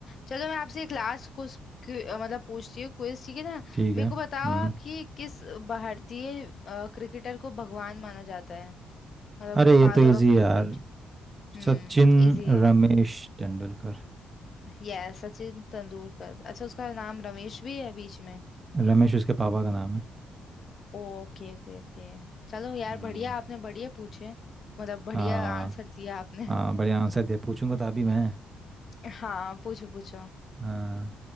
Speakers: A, on the left (about 50°); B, on the right (about 25°).
A: चलो मैं आपसे एक लास्ट कुछ मतलब पूछती हूँ क्विज ठीक है ना
B: ठीक
A: मेरे
B: है
A: को बताओ
B: हम्म
A: आप कि किस भारतीय क्रिकेटर को भगवान माना जाता है मतलब
B: अरे
A: फादर
B: ये तो इजी
A: ऑफ
B: है
A: क्रिकेट
B: यार
A: हम्म
B: सचिन
A: इजी है
B: रमेश तेंदुलकर
A: यस सचिन तेंदुलकर अच्छा उसका नाम रमेश भी है बीच में
B: रमेश उसके पापा का नाम है
A: Okay okay okay चलो यार
B: हम्म
A: बढ़िया आपने बढ़िया पूछे मतलब बढ़िया
B: हाँ,
A: आंसर दिया आपने
B: हाँ बढ़िया आंसर दे पूछूंगा तो अभी मैं
A: <laughs> हाँ पूछो पूछो
B: हाँ